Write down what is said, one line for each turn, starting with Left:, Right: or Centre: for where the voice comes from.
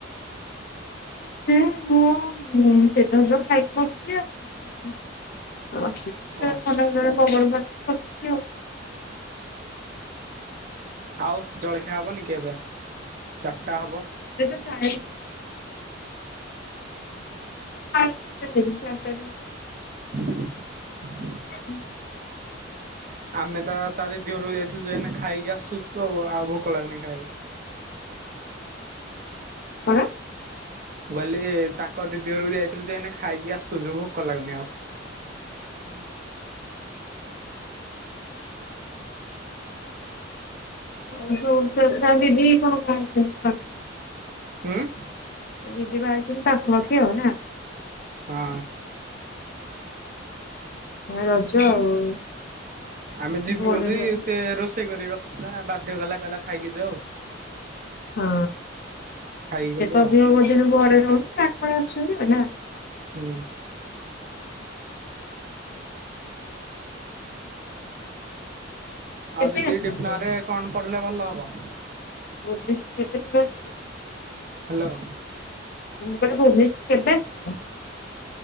Left: <unintelligible> ମୁଁ ସେତେବେଳେ ଯୋଉ ଖାଇକି ବସିଚି ଆଉ ଆସିଛି ଟିକେ
Right: ଓ
Left: ଥଣ୍ଡା ଥଣ୍ଡା ପବନ ବା ଏଠି ବସିଚି ଆଉ।
Right: ଆଉ ଜଳଖିଆ ହବନି କି ଏବେ ଚା ଟା ହବ।
Left: <unintelligible> <unintelligible> ହ
Right: ହ
Left: ହୁଁ
Right: ଆମେ ତ ତା ଦିଦି ଘରକୁ ଯାଇଥିଲୁ ଯାଇ ଖାଇକି ଆସୁଛୁ ଆଉ ଆଉ ଭୋକ ଲାଗୁନି ଖାଇବାକୁ।
Left: କଣ?
Right: ଗହିଲି ତାଙ୍କ ଦିଦି ଘରୁ ଯାଇଥିଲୁ ଯେ ହେନା ଖାଇକି ଆସୁଛୁ ଭୋକ ଲାଗୁନି ଆଉ।
Left: ହୁଁ ହ ସ ତା ଦିଦି କଣ ପାଖ
Right: ହଁ
Left: ଗିଦି ବାରଛନ୍ତିଛନ୍ତି ପାଖପଖି ନା
Right: ପାଁ
Left: ରଜ ଆଉ
Right: ଆମେ ଯିବୁ
Left: ଭଉଣୀ
Right: ବୋଲି
Left: ଘରୁ
Right: ସେ ରୋଷେଇ କରି ରଖ। ଥିଲା ବାଧ୍ୟ କଲା କହିଲା ଖାଇକି ଯ ଆଉ
Left: ହଁ
Right: ଖାଇକି
Left: ସେ
Right: ଗଲୁ
Left: ତଧିକ
Right: ଆଉ
Left: ଭୋଜିନ ଭରେ ରହୁନି ଆଡ ପଣି ଆସୁଛନ୍ତି ନା
Right: ହୁଁ
Left: ହୁଁ କେବେ
Right: ଆଉ ଦିଦି
Left: ଆସିବୁ
Right: ଡିପ୍ଲଁ
Left: ତୁ
Right: ରେ କଣ ପଡିଲେ ଭଲ ହବ
Left: ଭୁବନେଶ୍ଵର କେତବେେ ତମେ ଆସିବ
Right: ହ୍ୟାଲୋ
Left: ଗଟେ ଭୁବନେଶ୍ଵରରେ କେବେ ଆସିବ